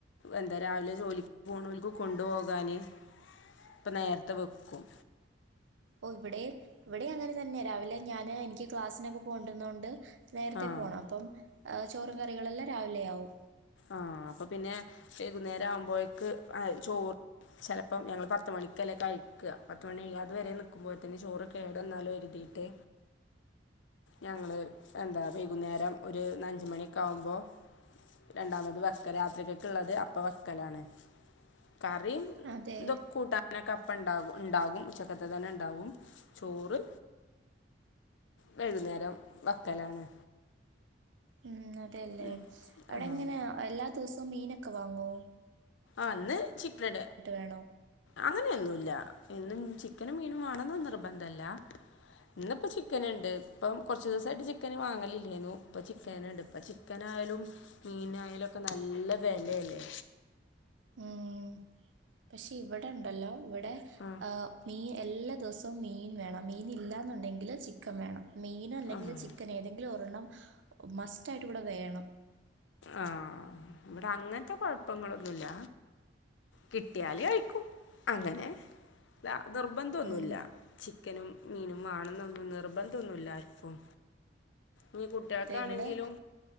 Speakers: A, on the left; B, on the right.
A: എന്താ രാവിലെ ജോലിക്ക് പോണോര്ക്ക്‌ കൊണ്ടു പോകാന് ഇപ്പ നേരത്തെ വെക്കും.
B: ഓ ഇവിടെയും ഇവിടെ അങ്ങനെ തന്നെയാ രാവിലെ ഞാന് എനിക്ക് ക്ലാസ്സിനൊക്കെ പോണ്ടുന്നോണ്ട് നേരത്തെ
A: ആഹ്
B: പോണം അപ്പം ചോറും കറികളെല്ലാം രാവിലെ ആവും
A: ആഹ അപ്പൊ പിന്നെ വൈകുന്നേരം ആവുമ്പോഴേക്ക് ചോറ് ചെലപ്പം ഞങ്ങള് പത്ത് മണിക്കല്ലേ കഴിക്കുക പത്തുമണികാ അതു വരെ നക്കുമ്പോ തന്നെ ചോറ് കേട വന്നാലും എരുതിട്ട് ഞങ്ങള് എന്താ വൈകുന്നേരം ഒരു അഞ്ചു മണിയൊക്കെ ആകുമ്പോ രണ്ടാമത് വെക്കലാ രാത്രിലേക്ക്‌ള്ളത് അപ്പ വെക്കലാണ്. കറീം
B: അതെ
A: ഇതൊക്കെ കൂട്ടനൊക്കെ അപ്പണ്ടാകും. ഉണ്ടാകും ഉച്ചക്കത്ത് തന്നെ ഉണ്ടാവും ചോറ് വൈകുന്നേരം വെക്കലാണ്.
B: മ് അ അതെല്ലേ
A: ഉം
B: അവടെങ്ങനെ
A: ആഹ്
B: എല്ലാ ദുവസോം മീന ഇക്ക വാങ്ങോ
A: ആന്ന് ചിക്കണ്ട്
B: വേണോ
A: അങ്ങനെ ഒന്നും ഇല്ല ചിക്കനും മീനും വാണന്നൊന്നും നിർബന്ധല്ല ഇന്നിപ്പോ ചിക്കന്ണ്ട് ഇപ്പൊ കൊറച്ച് ദിവസായ്റ്റ് ചിക്കനൊന്നും വാങ്ങലില്ലേരുന്നു ഇപ്പ ചിക്കന്ണ്ട് ഇപ്പ ചിക്കനായാലും മീനായാലും ഒക്കെ നല്ല വിലേല്ലേ
B: ഉം പക്ഷെ ഇവിടെ ഉണ്ടല്ലോ ഇവിടെ
A: ആഹ്
B: മീൻ എല്ലാ ദിവസം മീൻ വേണം മീൻ ഇല്ലാന്നുണ്ടെങ്കില് ചിക്കൻ വേണം മീൻ അല്ലെങ്കിൽ
A: ആഹ്
B: ചിക്കൻ ഏതെങ്കിലും ഒരെണ്ണം മസ്റ്റ് ആയിട്ട് ഇവിടെ വേണം
A: ആഹ് ഇവിടെ അങ്ങനത്തെ കുഴപ്പങ്ങളൊന്നുല്ല കിട്ടിയാല് കഴിക്കും അങ്ങനെ അത നിർബന്ധം ഒന്നുമില്ല
B: ഉം
A: ചിക്കനും മീനും വാണന്നൊന്നും നിർബന്ധന്നുമല്ലാര്ക്കും ഞ്ഞി കുട്ട്യാൾക്കാണെങ്കിലും
B: ഇവിടെ